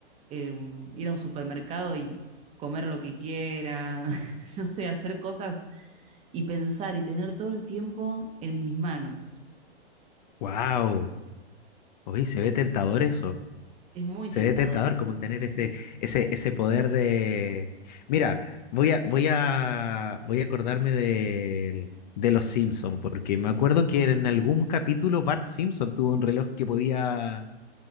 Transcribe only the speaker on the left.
wow, oye, se ve tentador eso.
Se
ve tentador como
tener
ese, ese, ese poder de... Mira, voy a, voy a, voy a acordarme de de, los Simpson, porque me acuerdo que en algún capítulo Bart Simpson tuvo un reloj que podía,